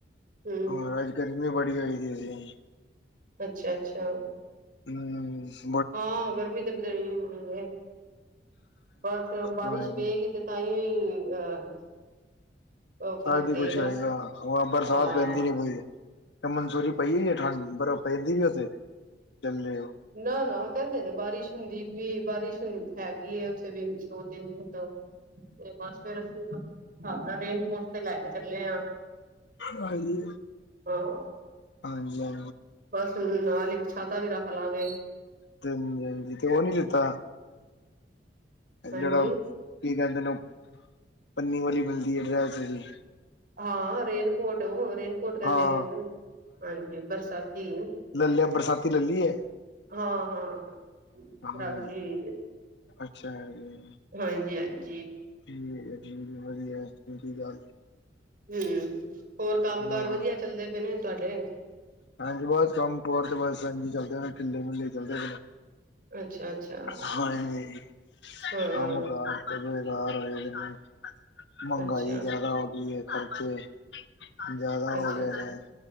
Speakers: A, on the right; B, on the left.
A: ਹੁੰ।
B: ਹੋਰ ਅੱਜ ਗਰਮੀ ਬੜੀ, ਹੈਗੀ, ਹੈ ਜੀ।
A: ਅੱਛਾ -ਅੱਛਾ
B: ਹੁੰ।
A: ਹਾਂ, ਗਰਮੀ ਤਾਂ ਬਥੇਰੀ ਹੋ ਰਹੀ ਹੈ, ਬਸ ਬਾਰਿਸ਼
B: ਹਾਂ
A: ਪਏਗੀ। ਤੇ ਤਾਂਹੀ, ਵੀ ਅਹ। ਫ਼ਰਕ
B: ਤਾਂ ਵੀ
A: ਪਏਗਾ
B: ਕੁਛ ਹੋਏਗਾ, ਹਵਾ, ਬਰਸਾਤ,
A: ਹਾਂ
B: ਪੈਂਦੀ ਨੀ ਕੋਈ। ਤੇ ਮਨਜੂਰੀ ਪਈ ਹੈ, ਠੰਡ, ਬਰਫ਼ ਪੈਂਦੀ ਵੀ, ਉੱਥੇ ਚੱਲੇ ਹੋ।
A: ਨਾ-ਨਾ ਕਹਿੰਦੇ ਨੇ, ਬਾਰਿਸ਼ ਹੁੰਦੀ ਵੀ, ਬਾਰਿਸ਼ ਹ, ਹੈਗੀ ਐ, ਉੱਥੇ ਵੀ ਦੋ ਤਿੰਨ-ਦਿਨ ਤੋਂ ਤੇ ਬਸ ਫਿਰ, ਅਸੀਂ ਰੇਨ ਕੋਟ ਤੇ ਲੈ ਕੇ ਚੱਲੇ ਆਂ।
B: ਹਾਂਜੀ।
A: ਹਾਂ।
B: ਹਾਂਜੀ ਹਾਂ।
A: ਬਸ, ਹੁਨ ਨਾਲ ਇੱਕ ਛਤਾ ਵੀ ਰੱਖ ਲਾਂਗੇ।
B: ਤਿੰਨ ਦਿਨ ਤੇ ਉਹ ਨੀ ਦਿੱਤਾ
A: ਹਾਂਜੀ
B: ਜਿਹੜਾ। ਕੀ, ਕਹਿੰਦੇ ਨੇ, ਪੰਨੀ ਵਾਲੀ ਮਿਲਦੀ ਹੈ ਡਰੈਸ ਜੀ।
A: ਹਾਂ, ਰੇਨਕੋਟ, ਉਹ ਰੇਨ। ਕੋਟ ਕੈਂਦੇ
B: ਹਾਂ
A: ਨੇ, ਉਹਨੂੰ ਹਾਂਜੀ ਬਰਸਾਤੀ।
B: ਲੈ ਲਿਆ ਬਰਸਾਤੀ ਲੈ ਲਈ ਹੈ
A: ਹਾਂ, ਹਾਂ,
B: ਹਾਂ
A: ਰਗਲੀ।
B: ਅੱਛਾ, ਹੈ, ਜੀ।
A: ਹਾਂਜੀ -ਹਾਂਜੀ।
B: ਜਿਵੇਂ ਜਿਵੇਂ, ਵਧੀਆ ਚੰਗੀ ਗੱਲ।
A: ਹੁੰ, ਹੋਰ ਕੰਮ ਕਾਰ,
B: ਹਾਂ
A: ਵਧੀਆ ਚੱਲਦੇ ਪਏ ਨੇ ਤੁਹਾਡੇ।
B: ਹਾਂਜੀ, ਬਹੁਤ ਕੰਮ ਪਰ ਤੇ, ਬਸ ਹਾਂਜੀ ਚੱਲਦੇ, ਕਿੱਲੇ ਮੁਲੇ ਚੱਲਦੇ।
A: ਅੱਛਾ ਅੱਛਾ
B: ਹਾਏ,
A: ਹਾਂ
B: ਕੰਮਕਾਰ। ਬਰੁਜ਼ਗਾਰ ਹੋਏ ਨੇ, ਮਹਿੰਗਾਈ
A: ਅੱਛਾ
B: ਜ਼ਿਆਦਾ ਹੋ ਗਈ ਹੈ, ਖਰਚੇ ਜ਼ਿਆਦਾ
A: ਅੱਛਾ
B: ਹੋ ਗਏ
A: ਅੱਛਾ
B: ਨੇ,